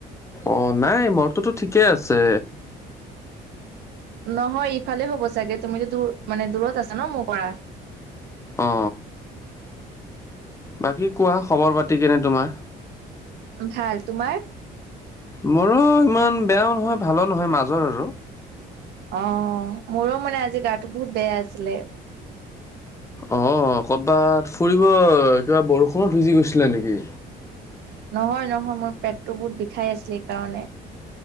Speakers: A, on the left (about 15°); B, on the right (about 75°).
A: অ'নাই মৰতোটো ঠিকেই আছে।
B: নহয় ইফালে হ'ব চাগে তুমিতো তো মানে দূৰত আছা ন, মোৰ পৰা।
A: অ বাকি কোৱা খবৰ - পাতি কেনে তোমাৰ?
B: ভাল তোমাৰ?
A: মোৰো সিমান বেয়াও নহয়, ভালো নহয় মাজৰ আৰু।
B: অ'মোৰো মানে আজি গাটো বহুত বেয়া আছিলে।
A: অ' ক'তবাত ফুৰিব কিবা বৰষুণত ভিজি গৈছলা নেকি?
B: নহয়, নহয় মোৰ পেটটো বহুত বিষাই আছিলে এইকাৰণে।